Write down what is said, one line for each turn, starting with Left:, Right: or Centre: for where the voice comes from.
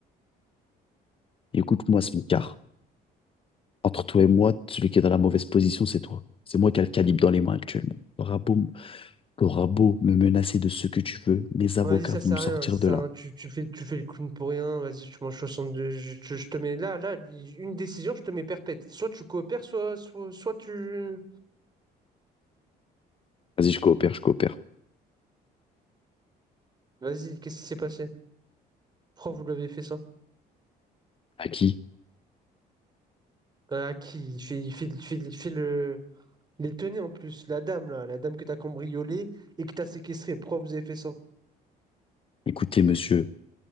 Left: Écoute-moi, smicard. Entre toi et moi, celui qui est dans la mauvaise position, c'est toi. C'est moi qui ai le calibre dans les mains actuellement. Bravo, T'auras beau me menacer de ce que tu veux, mes avocats
Right: Vas-y, ça
Left: vont
Right: sert
Left: me
Right: à
Left: sortir
Right: rien, ça sert
Left: de là.
Right: à rien, tu, tu fais, tu fais le clown pour rien, vas-y, tu manges 62, je, je- je te mets là, là, une décision, je te mets perpète. Soit tu coopères, soit, soit, soit tu...
Left: Vas-y, je coopère, je coopère.
Right: Vas-y, qu'est-ce qui s'est passé? Pourquoi vous l'avez fait ça?
Left: À qui?
Right: Ah, qui il fait, il fait, il fait, il fait le... les tenez en plus, la dame là, la dame que t'as cambriolée et que t'as séquestrée. Pourquoi vous avez fait ça?
Left: Écoutez, monsieur,